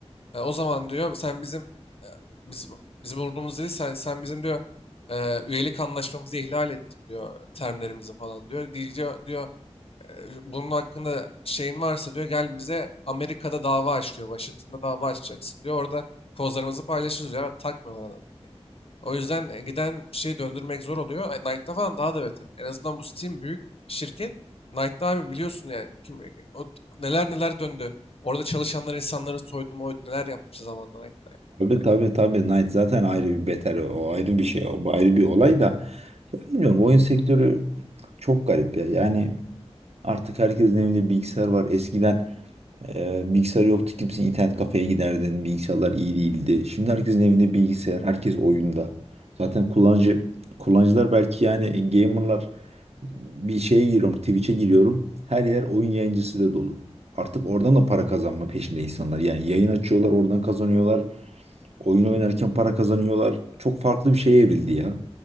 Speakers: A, on the left (about 60°); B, on the right (about 70°).
A: "E, o zaman diyor sen bizim e, biz bizim umurumuz değil sen, sen bizim diyor e, üyelik anlaşmamızı ihlal ettin diyor "e, termlerimizi falan diyor. Di- Diyor diyor "E, bunun hakkında şeyin varsa diyor gel bize Amerika'da dava aç diyor. Washington'da dava açacaksın diyor. Orada kozlarımızı paylaşırız diyor. Ama Takmıyorlar adam. O yüzden e, giden bir şeyi döndürmek zor oluyor. E, Knight'ta falan daha da beter. En azından bu Steam büyük şirket. Knight'ta abi biliyorsun yani kim, e, o, neler neler döndü. Orada çalışanlar insanları soydu moydu neler yapmış zamanında Knight'ta. Yani.
B: Tabii tabii tabii Knight zaten ayrı bir beter o ayrı bir şey o ayrı bir olay da ya bilmiyorum oyun sektörü çok garip ya yani artık herkesin evinde bilgisayar var eskiden e, bilgisayar yoktu kimse internet kafeye giderdin bilgisayarlar iyi değildi şimdi herkesin evinde bilgisayar herkes oyunda zaten kullanıcı kullanıcılar belki yani gamerlar bir şeye giriyorum Twitch'e giriyorum her yer oyun yayıncısı da dolu artık oradan da para kazanma peşinde insanlar yani yayın açıyorlar oradan kazanıyorlar Oyun oynarken para kazanıyorlar. Çok farklı bir şeye evrildi ya.